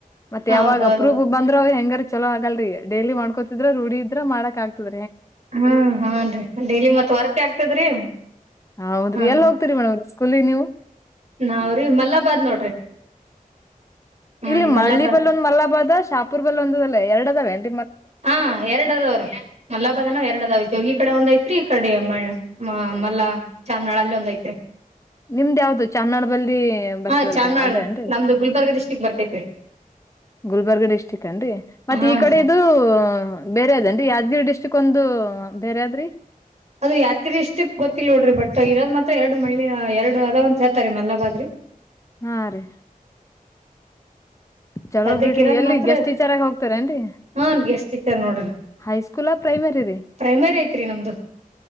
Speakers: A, on the left; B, on the right.
A: ಮತ್
B: ಹೌದೌದೌದು
A: ಯಾವಾಗ ಅಪ್ರೂವ ಬಂದ್ರ ಹೆಂಗರ್ ಚಲೋ ಆಗಲ್ರಿ ಡೇಲಿ ಮಾಡ್ಕೋತಿದ್ರ ರೂಢಿದ ಇದ್ರ ಮಾಡಕ್ ಆಗ್ತದ
B: ಹ್ಮ ಹಾ ಡೈಲಿ ಮತ್ತ್ ವರ್ಕ್ ಆಗ್ತದ್ರಿ
A: ಹೌದ್ರಿ
B: ಹ
A: ಎಲ್ಲಿ ಹೋಗ್ತೀರಿ ಮೇಡಮ್ ಸ್ಕೂಲಿ ನೀವು
B: ನಾವ್ರಿ ಮಲ್ಲಾಬಾದ್ ನೋಡ್ರಿ ಹ
A: ಇಲ್ಲಿ
B: ಮಲ್ಲಾಬಾದ್
A: ಮಳ್ಳಿ ಬಲ್ಲ ಒಂದು ಮಲಾಬಾದ್ ಶಾಪುರ್ ಬಲ್ಲ ಒಂದ ಅಲ್ಲ ಎರಡದಾವ ಎಂತ
B: ಹಾ ಎರಡದಾವ್ರೀ ಮಲ್ಲಾಬದನ ಎರಡ ಅದವ ಈ ಕಡೆ ಒಂದ್ ಐತ್ರಿ ಈ ಕಡೆ ಮ ಮಲ್ಲ ಚಾಮನಾಳ ಅಲ್ಲಿ ಒಂದ್ ಐತ್ರಿ
A: ನಿಮ್ದ್ ಯಾವ್ದು ಚಾಮನಾಡ್ ಬಲ್ಲಿ ಬರ್ತದಲ್ರರಿ
B: ಹಾ ಚಾಮನಾಳ
A: ಅದೇಏನ್ರಿ
B: ನಮ್ದು ಗುಲ್ಬರ್ಗ ಡಿಸ್ಟಿಕ್ ಬರ್ತೈತ್ರಿ
A: ಗುಲ್ಬರ್ಗ ಡಿಸ್ಟ್ರಿಕ್ ಅನ್ರಿ ಮತ್ತೆ
B: ಹಾನ್ರಿ
A: ಈ ಕಡೆ ಇದು ಬೇರೆ ಅದೇನ್ರಿ ಯಾವ ಯಾದಗಿರಿ ಡಿಸ್ಟ್ರಿಕ್ ಒಂದು ಬೇರಾದ್ರಿ
B: ಅದು ಯಾದಗಿ ಇಷ್ಟಕ್ ಗೊತ್ತಿಲ್ ನೋಡ್ರಿ ಬಟ್ ಇರೋದ್ ಮಾತ್ರ ಎರಡು ಮಳ್ಳಿ ಎರಡು ಅದಾವ ಒಂತತ್ ಹೇತಾರೀ ಮಲ್ಲ ಬಾದ್ರಿ
A: ಹಾ ರೀ ಚಲೋ
B: ಸದ್ಯಕ್
A: ಬಿಡ್ರಿ
B: ಇರೋದ್
A: ಎಲ್ಲಿ
B: ಮಾತ್ರ
A: ಎಗೆಸ್ಟ್ ಈಚಾರಾಗ ಹೋಗ್ತಾರೇನ್ರಿ
B: ಹಾನ್ ಗೆಸ್ಟ್ ಟೀಚರ್ ನೋಡ್ರಿ
A: ಹೈಸ್ಕೂಲಾ ಪ್ರೈಮರಿ ರೀ
B: ಪ್ರೈಮರಿ ಐತ್ರಿ ನಮ್ದು